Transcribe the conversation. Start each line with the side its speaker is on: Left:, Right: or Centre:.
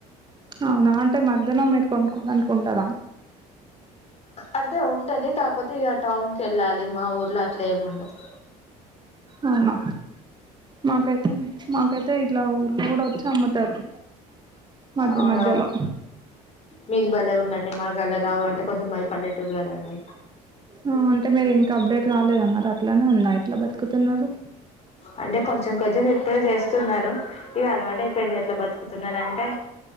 Right: అవునా, అంటే మధ్యలో మీరు కొనుక్కోడానికి ఉండదా?
Left: అంటే ఉంటది. కాకపోతే ఇక టౌన్కి వెళ్ళాలి. మా ఊర్లో అట్లా ఏముండద్.
Right: అవునా. మాకైతే మాకైతే ఇట్లా ఊర్లో గుడ వచ్చి అమ్ముతారు. మధ్య
Left: అవునా
Right: మధ్యలో
Left: మీది భలే ఉందండి మాకు అలా రావ అంటే కొంచెం మది పల్లెటూరు కదండి.
Right: అ అంటే మీరు ఇంకా అప్డేట్ కాలేదన మాట అట్లానే ఉందా ఎట్లా బతుకుతున్నారు?
Left: అంటే కొంచెం కొంచెం ఇప్పుడే చేస్తున్నారు ఇగ అలవాటు అయిపోయింది ఎట్లా బతుకుతున్నారంటే